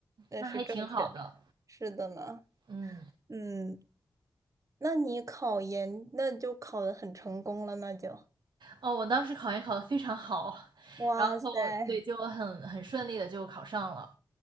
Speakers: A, on the right (about 40°); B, on the right (about 70°).
A: 那是正确的，
B: 那还挺好的，
A: 是的呢，
B: 嗯
A: 嗯，那你考研那就考得很成功了，那就，
B: 哦，我当时考研考得非常好，
A: 哇塞，
B: 然后对，就很很顺利的就考上了。